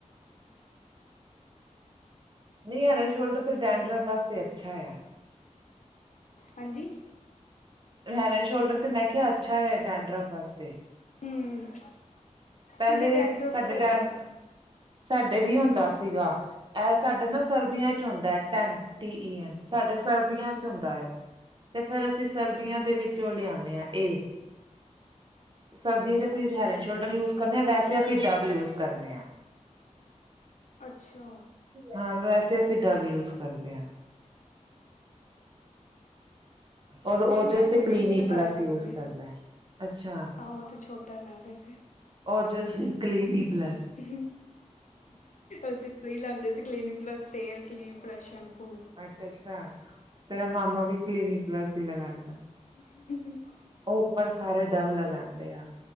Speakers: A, on the right (about 40°); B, on the left (about 75°).
A: ਨਹੀਂ ਹੈਰ ਐਂਡ ਸ਼ੋਲਡਰ ਤੇ ਡੈਂਡਰਫ ਵਾਸਤੇ ਅੱਛਾ ਆ।
B: ਹਾਂਜੀ
A: ਹੈਡ ਐਂਡ ਸ਼ੋਲਡਰ ਤੇ ਮੈਂ ਕਿਹਾ ਅੱਛਾ ਹੈ। ਡਡਰਫ ਵਾਸਤੇ
B: ਹੂੰ
A: ਪਹਿਲੇ
B: ਮੇਰੇ ਡੈਂਡਰਫ
A: ਸਾਡੇ
B: ਬਹੁਤ
A: ਟਾਈਮ
B: ਆ
A: ਸਾਡੇ ਵੀ ਹੁੰਦਾ ਸੀਗਾ। ਇਹ ਸਾਡੇ ਨਾ ਸਰਦੀਆਂ 'ਚ ਹੁੰਦਾ ਟੈਨ ਟੀ ਈ ਐਨ ਸਾਡੇ ਸਰਦੀਆਂ 'ਚ ਹੁੰਦਾ ਹੈ। ਤੇ ਫਿਰ ਅਸੀਂ ਸਰਦੀਆਂ ਦੇ ਵਿੱਚ ਉਹ ਲਿਆਣੇ ਹਾਂ ਇਹ
B: <inaudible>
A: ਸਰਦੀਆਂ 'ਚ ਅਸੀਂ
B: ਅੱਛਾ-ਅੱਛਾ
A: ਹੈਲਰਡ ਸ਼ੋਲਡਰ ਯੂਜ ਕਰਨੇ ਆ ਵੈਸੇ ਅਸੀਂ ਡਬ ਯੂਜ ਕਰਨੇ ਆ।
B: ਅੱਛਾ
A: ਹਾਂ ਵੈਸੇ ਅਸੀਂ ਡਵ ਯੂਜ ਕਰਦੇ ਹਾਂ। ਔਰ
B: ਨਹੀਂ
A: ਓਜਸ
B: ਮੈਂ ਤਾਂ
A: ਤੇ ਕਲੀਨੀ
B: ਹੁਣੇ ਹੀ ਲਗਾਇਆ
A: ਪਲੱਸ
B: ਕਰੂੰਗੀ।
A: ਯੂਜ ਕਰਦਾ ਅੱਛਾ
B: ਆ ਉਹ ਤਾਂ ਛੋਟਾ ਨਾ ਫਿਰ
A: ਔਰ ਜਸਟ ਕਲੀਨ ਪਲਸ
B: <inaudible> ਅਸੀਂ ਉਹੀ ਲਾਂਦੇ ਸੀ ਕਲੀਨਿਕ ਪਲੱਸ ਤੇਲ ਕਲੀਨਿਕ ਪਲੱਸ ਸ਼ੈਂਪੂ
A: ਅੱਛਾ-ਅੱਛਾ ਤੇਰਾ ਮਾਮਾ ਵੀ ਕਲੀਨਿਕ ਪਲੱਸ ਈ ਲਗਾਦਾ।
B: <inaudible>
A: ਉਹ ਉੱਪਰ ਸਾਰੇ ਡਵ ਲਗਾਂਦੇ ਆ।